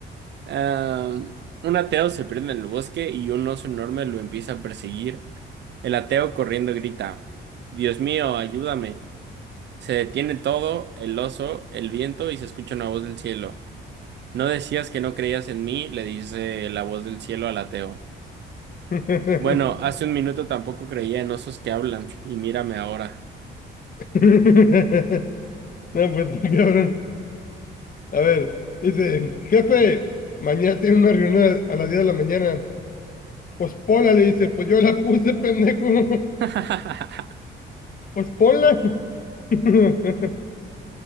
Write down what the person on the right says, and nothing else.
Am, un ateo se pierde en el bosque y un oso enorme lo empieza a perseguir. El ateo corriendo grita, Dios mío, ayúdame. Se detiene todo, el oso, el viento y se escucha una voz del cielo. ¿No decías que no creías en mí? le dice la voz del cielo al ateo.
Bueno,
hace un minuto tampoco creía en osos que hablan, y mírame ahora.
<laughs>